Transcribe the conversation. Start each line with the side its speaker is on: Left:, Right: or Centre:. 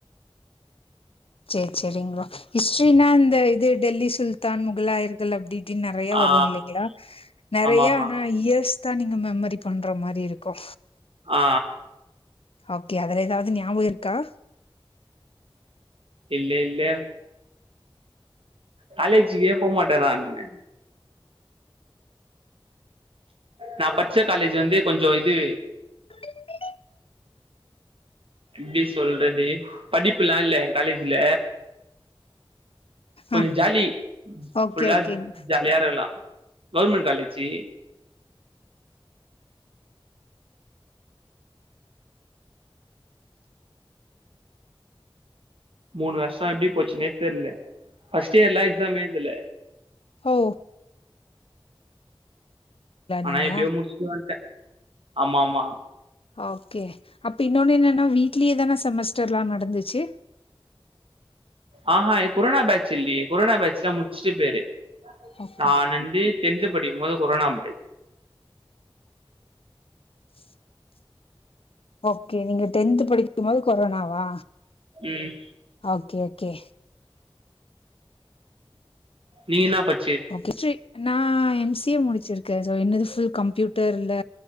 Left: செரி செரிங்களா ஹிஸ்ட்ரினா இந்த இது டெல்லி சுல்தான் முகலாயர்கள் அப்டி டு நறைய வரு
Right: ஆ
Left: இல்லைங்களா நறைய
Right: ஆமா ஆமா
Left: ஆனா இயர்ஸ் தா நீங்க மெம்மரி பண்ற மாரி இருக்கூ
Right: ஆ
Left: ஓகே அதுல எதாவ்து ஞாபகருக்கா
Right: இல்லே இல்ல காலோஜிக்கே போமாட்டே நான்னு நா பச்ச காலேஜு வந்து கொஞ்சோ இது
Left: உ <inaudible>
Right: எப்டி சொல்றது படிப்புலா இல்லே ஏ காலேஜ்ல கொஞ்ச
Left: ஆ
Right: ஜாலி
Left: ஓகே
Right: ஃபுல்லா
Left: ஓகேங்க
Right: ஜாலியாருகலா கௌமெண்ட் காலேஜி மூணு வருஷோ எப்டி போச்சுனே தெர்ல ஃபஸ்ட் இயர்லா எக்ஸாமே ஏதல
Left: ஹோ
Right: ஆன
Left: நீங்க
Right: எப்டியோ முட்ச்சுட்டு வன்ட்டே ஆமாமா
Left: ஓகே அப்ப இன்னொன்னு என்னன்னா வீட்லியே தானே செமஸ்டர்லா நடந்துச்சு
Right: ஆஹா குரோனா பேட்ச் இல்லையே குரோனா பேட்ச்லா முட்ச்சுட்டு பேரு
Left: ஓகே
Right: நானந்து டென்த்து படிக்கும்போது குரோனா பே
Left: <inaudible> ஓக்கே நீங்க டென்த்து படிக்கும்போது கொரோனாவா
Right: ம்
Left: ஓகே கே
Right: நீங்கு என்னா பட்
Left: ஓகே ஸ்ட்ரி நா எம் சி ஏ முடிச்சிருக்கே சோ என்னது ஃபுல் கம்ப்யூட்டர்ல